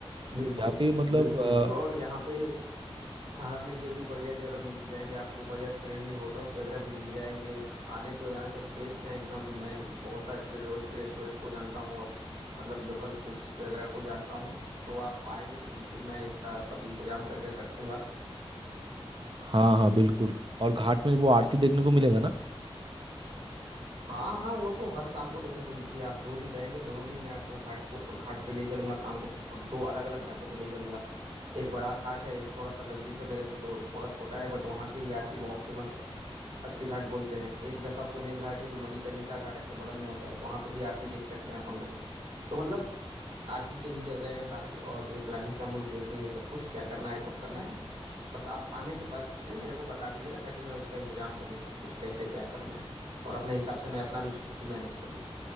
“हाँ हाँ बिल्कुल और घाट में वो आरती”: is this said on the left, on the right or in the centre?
Right